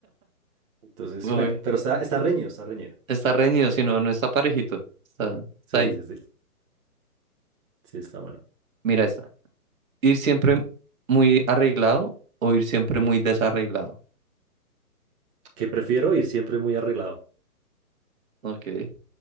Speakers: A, on the right; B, on the right.
A: Entonces,
B: Uy,
A: bueno, pero está, está reñido, está reñido.
B: está reñido, si no, no está parejito. Está, está
A: Sí,
B: ahí.
A: sí, sí. Sí, está bueno.
B: Mira esta. ir siempre muy arreglado o ir siempre muy desarreglado.
A: Que prefiero ir siempre muy arreglado.
B: Ok.